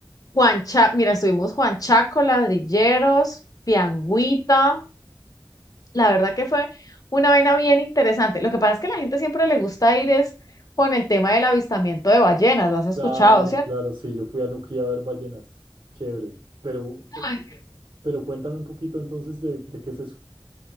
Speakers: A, on the left (about 45°); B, on the right (about 80°).
A: Juan Cha- mira, estuvimos Juan Chaco, Ladrilleros, Piangüita. La verdad que fue una vaina bien interesante. Lo que pasa es que a la gente siempre le gusta ir es con el tema del avistamiento de ballenas, lo has escuchado,
B: Claro,
A: ¿cierto?
B: claro, sí, yo fui a Nuquí a ver ballenas. Chévere. Pero, eh,
A: Ay.
B: pero cuéntame un poquito entonces de, de qué es eso.